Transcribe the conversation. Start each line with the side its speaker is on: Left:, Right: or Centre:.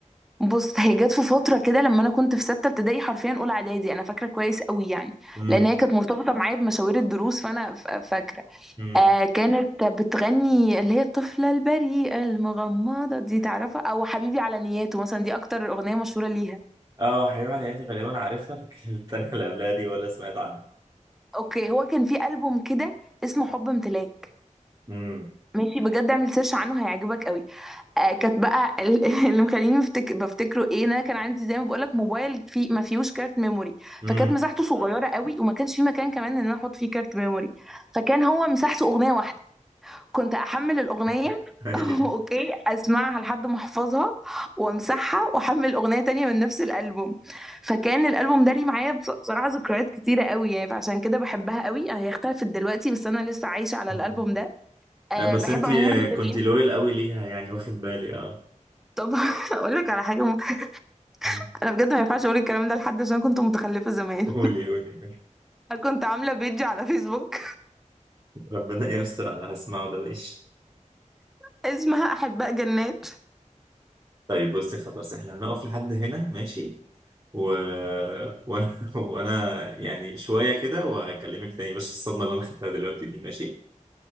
Centre: بص هي جت في فترة كده لما أنا كنت في ستة ابتدائي حرفيا أولى إعدادي أنا فاكرة كويس قوي يعني
Right: امم
Centre: لأن هي كانت مرتبطة معايا بمشاوير الدروس فأنا ف- فاكرة
Right: امم
Centre: آه كانت بتغني اللي هي الطفلة البريئة المغمضة دي تعرفها أو حبيبي على نياته مثلا دي أكتر أغنية مشهورة ليها
Right: اه حبيبي على نهايتي غالبا عارفها لكن <laughs> التانية اللي قبلها دي ولا سمعت عنها
Centre: اوكي هو كان في ألبوم كده اسمه حب امتلاك
Right: امم
Centre: ماشي بجد اعمل سيرش عنه هيعجبك قوي آه كانت بقى ال- <laughs> اللي مخليني بفتك... بفتكره ايه ان انا كان عندي زي ما بقول لك موبايل في ما فيهوش كارت ميموري
Right: امم
Centre: فكانت مساحته صغيره قوي وما كانش في مكان كمان ان انا احط فيه كارت ميموري فكان هو مساحته اغنيه واحده كنت احمل الاغنيه
Right: <laughs>
Centre: <laughs> اوكي اسمعها لحد ما احفظها وامسحها واحمل اغنيه تانية من نفس الالبوم فكان الالبوم ده لي معايا بص- بصراحه ذكريات كتيره قوي يعني فعشان كده بحبها قوي هي اختلفت دلوقتي بس انا لسه عايشه على
Right: ايوه
Centre: الالبوم ده أه
Right: لا بس
Centre: بحب
Right: انت
Centre: عموما شيرين
Right: كنت لويل قوي ليها يعني واخد بالي اه
Centre: طب <laughs> اقول لك على حاجه مضحكه
Right: مم.
Centre: انا بجد ما ينفعش اقول الكلام ده لحد عشان كنت متخلفه زمان
Right: قولي قولي قولي.
Centre: <laughs> كنت عامله بيج على فيسبوك
Right: ربنا يستر على اللي هسمعه ده ماشي
Centre: <laughs> اسمها احباء جنات
Right: طيب بصي خلاص احنا هنقف لحد هنا ماشي و... وانا <laughs> وانا يعني شوية كده واكلمك تاني بس الصدمة اللي انا خدتها دلوقتي دي ماشي